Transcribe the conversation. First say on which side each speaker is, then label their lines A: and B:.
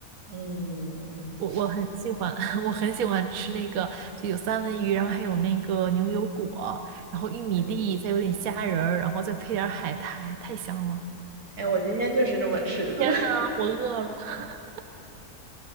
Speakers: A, on the right; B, on the right.
A: 嗯嗯。
B: 我我很喜欢，<laughs> 我很喜欢吃那个，就有三文鱼，然后还有那个牛油果，然后玉米粒，
A: 嗯
B: 再有点虾仁儿，然后再配点儿海苔，太香了！
A: 哎，我今天就是这么吃的。
B: 天呐，
A: <laughs>
B: 我饿了，<laughs>